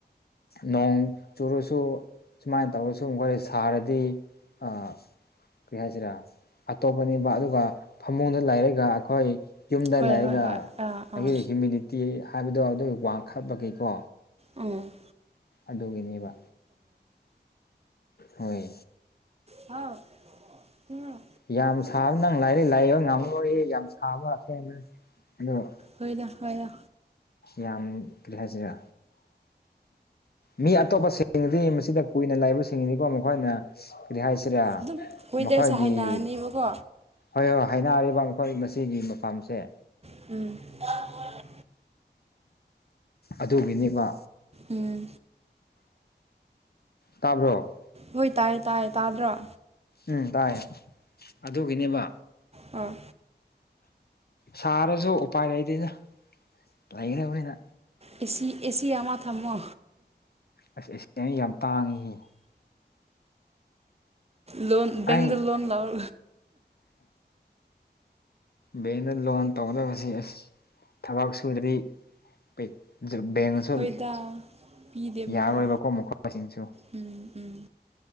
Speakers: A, on the left; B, on the right.
A: ꯅꯣꯡ ꯆꯨꯔꯁꯨ ꯁꯨꯃꯥꯏꯅ ꯇꯧꯔꯁꯨꯨ ꯃꯈꯣꯏ ꯁꯥꯔꯗꯤ ꯑꯥ ꯀꯔꯤ ꯍꯥꯏꯁꯤꯔꯥ ꯑꯇꯣꯞꯄꯅꯦꯕ ꯑꯗꯨꯒ ꯐꯃꯨꯡꯗ ꯂꯩꯔꯒ ꯑꯩꯈꯣꯏ ꯌꯨꯝꯗ
B: ꯍꯣꯏ
A: ꯂꯩꯔꯒ
B: ꯍꯣꯏ ꯍꯣꯏ ꯑꯥ
A: ꯑꯩꯒꯤ
B: ꯑꯥ
A: ꯍꯤꯌꯨꯃꯤꯗꯤꯇꯤ ꯍꯥꯏꯕꯗꯣ ꯑꯗꯨ ꯋꯥꯡꯈꯠꯄꯒꯤꯀꯣ
B: ꯑꯝ
A: ꯑꯗꯨꯒꯤꯅꯦꯕ ꯍꯣꯏ
B: ꯍꯥꯎ ꯎꯝ
A: ꯌꯥꯝ ꯁꯥꯕ ꯅꯪ ꯂꯥꯏꯔꯤꯛ ꯂꯥꯏꯌꯦꯡꯕ ꯉꯝꯃꯣꯏ ꯌꯥꯝ ꯁꯥꯕ ꯑꯁꯦꯡꯕꯅꯤ ꯑꯗꯣ
B: ꯍꯣꯏꯗ ꯍꯣꯏꯗ
A: ꯌꯥꯝ ꯀꯔꯤ ꯍꯥꯏꯁꯤꯔꯥ ꯃꯤ ꯑꯇꯣꯞꯄꯁꯤꯡꯗꯤ ꯃꯁꯤꯗ ꯀꯨꯏꯅ ꯂꯩꯕꯁꯤꯡꯅꯤꯀꯣ ꯃꯈꯣꯏꯅ ꯀꯔꯤ ꯍꯥꯏꯁꯤꯔꯥ
B: ꯑꯗꯨꯝ ꯋꯦꯗꯔꯁꯦ
A: ꯃꯈꯣꯏꯒꯤ
B: ꯍꯥꯏꯅꯔꯅꯦꯕꯀꯣ
A: ꯍꯣꯏ ꯍꯣꯏ ꯍꯥꯏꯅꯔꯤꯕ ꯑꯩꯈꯣꯏ ꯃꯁꯤꯒꯤ ꯃꯐꯝꯁꯦ
B: ꯎꯝ
A: ꯑꯗꯨꯒꯤꯅꯦꯕ
B: ꯎꯝ
A: ꯇꯥꯕ꯭ꯔꯣ
B: ꯍꯣꯏ ꯇꯥꯏꯌꯦ ꯇꯥꯏꯌꯦ ꯇꯥꯗ꯭ꯔꯣ
A: ꯎꯝ ꯇꯥꯏꯌꯦ ꯑꯗꯨꯒꯤꯅꯦꯕ
B: ꯑꯝ
A: ꯁꯥꯔꯁꯨ ꯎꯄꯥꯏ ꯂꯩꯗꯦꯅ ꯂꯩꯈ꯭ꯔꯕꯅꯤꯅ
B: ꯑꯦꯁꯤ ꯑꯦꯁꯤ ꯑꯃ ꯊꯝꯃꯣ
A: ꯑꯁ ꯑꯁꯤꯗꯗꯤ ꯌꯥꯝ ꯇꯥꯡꯉꯤ
B: ꯂꯣꯟ ꯕꯦꯡꯗ
A: ꯑꯩ
B: ꯂꯣꯟ ꯂꯥꯎ
A: ꯕꯦꯡꯗ ꯂꯣꯟ ꯇꯧꯒꯗꯕꯁꯤ ꯑꯁ ꯊꯕꯛ ꯁꯨꯗ꯭ꯔꯤ ꯄꯩ ꯁ
B: ꯍꯣꯏꯗ ꯄꯤꯗꯦꯕꯀꯣ
A: ꯌꯥꯔꯣꯏꯕꯀꯣ ꯃꯈꯣꯏꯁꯤꯡꯁꯨ
B: ꯎꯝ ꯎꯝ